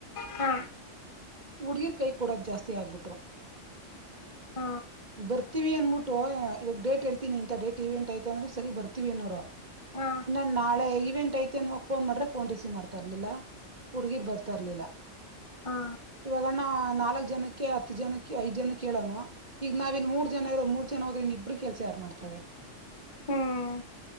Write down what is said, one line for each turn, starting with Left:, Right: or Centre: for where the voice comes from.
Left: ಹಾ.
Right: ಹುಡ್ಗೀರ್ ಕೈ ಕೂಡದ್ ಜಾಸ್ತಿ ಆಗ್ಬಿಟ್ರು.
Left: ಹಾ
Right: ಬರ್ ರ್ತಿವಿ ಅಂದ್ಬಿಟ್ಟು ಇವಾಗ್ ಡೇಟ್ ಹೇಳ್ತಿನಿ ಇಂತ ಡೇಟ್ ಇವೆಂಟ್ ಐತೆ ಅಂದರೆ ಸರಿ ಬರ್ತಿವಿ ಅನ್ನೋರು.
Left: ಹಾ
Right: ಇನ್ನ ನಾಳೆ ಇ ಐತಿ ಅನ್ವಾಗ ಫೋನ್ ಮಾಡ್ರೆ ಫೋನ್ ರಿಸೀವ್ ಮಾಡ್ತಾ ಇರ್ಲಿಲ್ಲ ಹುಡ್ಗೀರ್ ಬರ್ತಾ ಇರ್ಲಿಲ್ಲ.
Left: ಹಾ
Right: ಇವಾಗಣ್ಣ ನಾಲ್ಕ್ ಜನಕ್ಕೆ ಹತ್ತು ಜನಕ್ಕೆ ಐದ್ ಜನಕ್ಕೇಳೋನು ಈಗ ನಾವ ಇಲ್ಲಿ ಮೂರ್ ಜನ ಇರೋರ್ ಮೂರ್ ಜನ ಹೋದ್ರೆ ಇನ್ ಇಬ್ರು ಕೆಲ್ಸ ಯಾರ್ ಮಾಡ್ತಾರೆ.
Left: ಹ್ಮ್.